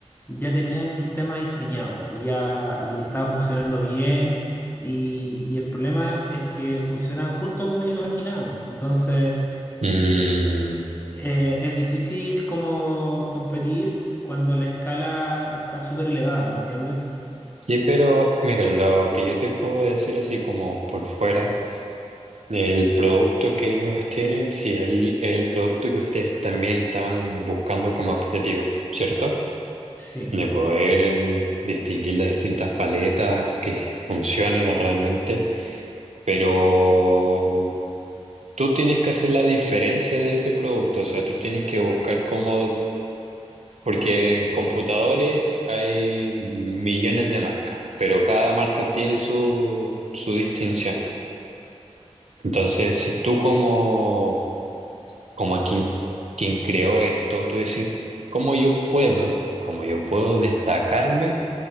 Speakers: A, on the left (about 20°); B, on the right (about 70°).
A: ya tenía el sistema diseñado y ya y estaba funcionando bien. Y, y el problema es que funcionaban justo como lo imaginábamos. Entonces,
B: Mm,
A: eh, es difícil como competir cuando la escala está súper elevada, ¿me entiendes?
B: Sí, pero mira, lo que yo te puedo decir así como por fuera, el producto que ellos tienen, sí, el, es el producto que ustedes también estaban buscando como objetivo, ¿cierto?
A: Sí,
B: De poder em, distinguir las distintas paletas, que funcionen realmente, pero tú tienes que hacer la diferencia de ese producto, o sea, tú tienes que buscar cómo Porque computadores hay millones de marcas, pero cada marca tiene su, su distinción. Entonces, si tú como, como quien, quien creó esto, tú decís, ¿cómo yo puedo, cómo yo puedo destacarme